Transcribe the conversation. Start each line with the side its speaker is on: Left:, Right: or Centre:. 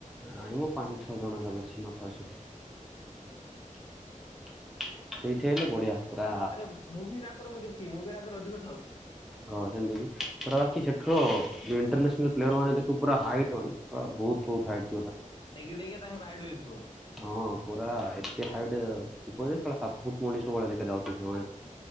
Centre: ଆମ ପାଞ୍ଚ ଛଅ ଜଣଙ୍କା <inaudible> ସେଇଠି ହେଲେ ବଢିଆ। ପୁରା
Left: ଆରେ ମୁଭିି ରାଗରେ ମୁଁ ଦେଖି ମୁଭିି ରାକରେ ଅଧିକ ଥାଉଛି।
Centre: ହଁ ସେମିତିକି ପଟା ବାକି ସେଠରୁ
Left: ହଁ।
Centre: ଯୋଉ ଇଟରନ୍ୟାସନାଲ ପ୍ଲେୟର ମାନେ ପୁରା ହାଇଟ୍ ମାନେର ବହୁ ବହୁ ହଟ୍
Left: ଡେଇକି ଡେଇକି ତାଙ୍କ ରାଇଡ୍ଇ ଯିବ।
Centre: ହଁ ପୁରା ଏତେ ହାଇଟ ଥିବ ଯେେ ସାତ ଫୁଟ ମଣିଷ ଭଳିଆ ଦେଖା ଯାଉଛନ୍ତି ସେମାନେ